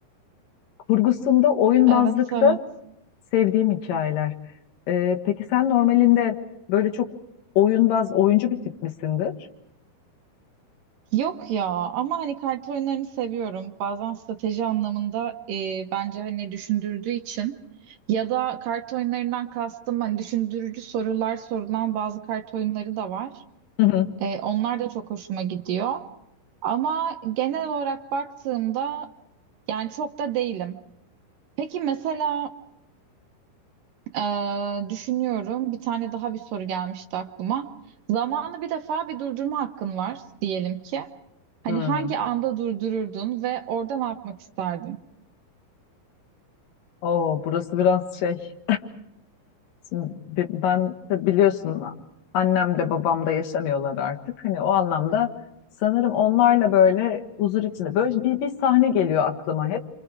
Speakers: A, on the left; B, on the right.
A: kurgusunda, oyunbazlıkta
B: Evet, evet.
A: sevdiğim hikayeler. Ee, peki sen normalinde böyle çok oyunbaz, oyuncu bir tip misindir?
B: Yok ya ama hani kart oyunlarını seviyorum. Bazen strateji anlamında e, bence hani düşündürdüğü için ya da kart oyunlarından kastım hani düşündürücü sorular sorulan bazı kart oyunları da var.
A: Hı hı.
B: E, onlar da çok hoşuma gidiyor. Ama genel olarak baktığımda yani çok da değilim. Peki mesela ee, düşünüyorum. Bir tane daha bir soru gelmişti aklıma. Zamanı bir defa bir durdurma hakkın var diyelim ki. Hani
A: Hmm.
B: hangi anda durdururdun ve orada ne yapmak isterdin?
A: Oo, burası biraz şey. Şimdi bi- ben tabii biliyorsun annem de babam da yaşamıyorlar artık. Hani o anlamda sanırım onlarla böyle huzur içinde. Böyle bir, bir sahne geliyor aklıma hep.